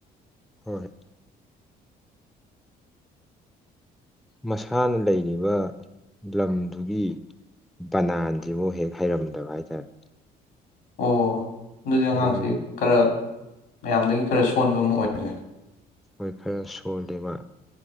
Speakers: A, in the centre; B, on the left (about 80°).
A: ꯍꯣꯏ ꯃꯁꯥꯅ ꯂꯩꯔꯤꯕ ꯂꯝꯗꯨꯒꯤ ꯕꯅꯥꯟꯖꯤꯕꯥꯎ ꯍꯦꯛ ꯍꯩꯔꯝꯗꯕ ꯍꯥꯏꯇꯥꯔꯦ
B: ꯑꯣ ꯑꯗꯨꯗꯤ ꯑꯉꯥꯡꯁꯤ
A: ꯑꯗꯨꯗꯒꯤ
B: ꯈꯔ ꯃꯌꯥꯝꯗꯒꯤ ꯈꯔ ꯁꯣꯟꯕ ꯑꯃ ꯑꯣꯏꯔꯦ
A: ꯍꯣꯏ ꯈꯔ ꯁꯣꯜꯂꯦꯕ